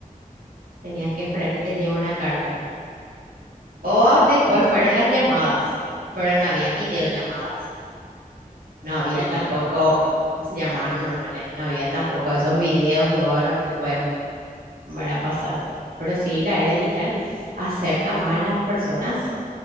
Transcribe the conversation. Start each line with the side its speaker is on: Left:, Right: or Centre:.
Right: Tenías que esperar que
Left: Y
Right: te llegue una carta. O después fueron las llamadas, pero no había videollamadas. No había
Left: sí,
Right: tampoco
Left: la llamada normal.
Right: llamadas normales. No había tampoco esos videos que vos de repente puedes ver a pasar. Pero sí, la era digital acerca más a las personas.